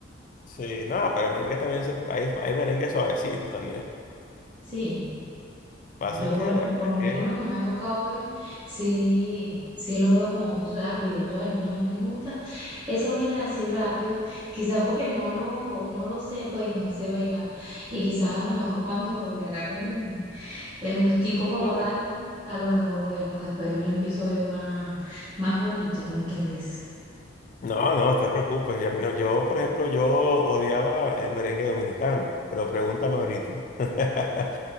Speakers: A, on the left (about 40°); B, on the right (about 25°).
A: Sí, no, pero merengue también se puede, hay, hay merengue suavecitos también.
B: Sí.
A: Pasa
B: Yo
A: es
B: por,
A: que,
B: lo-
A: bueno,
B: por
A: es
B: lo menos
A: que-
B: lo que me ha tocado ver, sí, sí los veo como muy rápido. Yo, ay, no, a mí no me gusta esos bailes así rápido, quizás porque no lo, no lo sé, pues no sé bailar. Y quizás a lo mejor cuando le agarre el, el gustico como
A: no,
B: tal, a lo mejor, bueno, después lo empiezo a ver más, más bonito, como quien dice.
A: no, no no te preocupes. y a mí no, yo, por ejemplo, yo odiaba el merengue dominicano, pero pregúntame ahorita. <laughs>